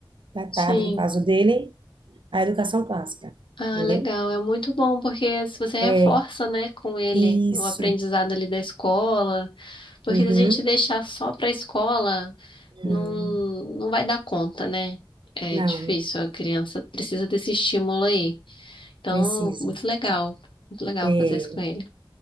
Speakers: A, on the right (about 65°); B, on the left (about 70°).
A: da tarde,
B: Sim.
A: no caso dele, a educação clássica.
B: Ah,
A: Entendeu?
B: legal. É muito bom porque se você reforça,
A: É
B: né, com ele
A: Isso.
B: o aprendizado ali da escola, porque
A: Uhum.
B: se a gente deixar só para a escola, não,
A: Não.
B: não vai dar conta, né? É
A: Não.
B: difícil, a criança precisa desse estímulo aí. Então,
A: Precisa.
B: muito legal. Muito legal
A: É.
B: fazer isso com ele.